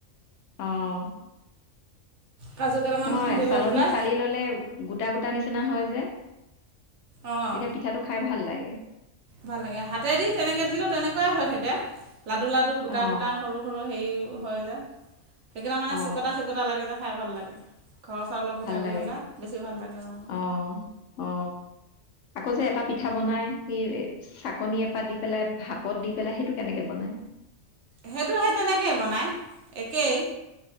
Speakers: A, on the left; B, on the right.
A: অ'
B: কাজু কেইটামান
A: নহয়
B: খুন্দি
A: চালনীত
B: লৈ পেলাই
A: চালি ললে গোটা গোটা নিচিনা হয় যে।
B: অঁ
A: তেতিয়া পিঠাটো খাই ভাল লাগে।
B: ভাল লাগে হাতেদি তেনেকে দিলে তেনেকুৱাই হৈ থাকে। লাডু লাডু গোটা
A: অ
B: গোটা সৰু সৰু হেৰি হয় যে সেইকেইটা মানে
A: অ
B: চিকটা চিকটা লাগে যে খাই ভাল লাগে ঘৰৰ চাউলৰ পিঠাগুড়ি
A: ভাল লাগে
B: হ'লে বেছি ভাল লাগে আৰু
A: অ অ আকৌ যে এটা পিঠা বনাই এই চাকনি এপাত দি পেলাই ভাপত দি পেলাই সেইটো কেনেকে বনায়
B: সেইটো সেই তেনেকেই বনায় একেই